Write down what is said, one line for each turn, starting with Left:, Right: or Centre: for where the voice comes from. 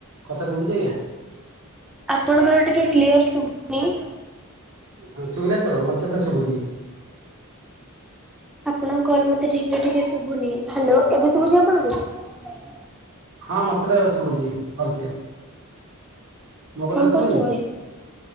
Right: କଥା ଶୁଭୁଛି ଆଜ୍ଞା।
Centre: ଆପଣଙ୍କର ଟିକେ କ୍ଲିଅର ଶୁଭନି।
Right: ହଁ ଶୁଭିଲା ତ? ମୋତେ ତ ଶୁଭୁଚି।
Centre: ଆପଣଙ୍କ କଲ୍ ମୋତେ ଠିକରେ ଟିକେ ଶୁଭୁନି। ହ୍ୟାଲୋ ଏବେ ଶୁଭୁଛି ଆପଣଙ୍କୁ?
Right: ହଁ ମୋତେ ତ ଶୁଭୁଚି ଭଲସେ। ମୋ କଥା
Centre: କଣ
Right: ଶୁଭୁନି
Centre: କରୁଚନ୍ତି?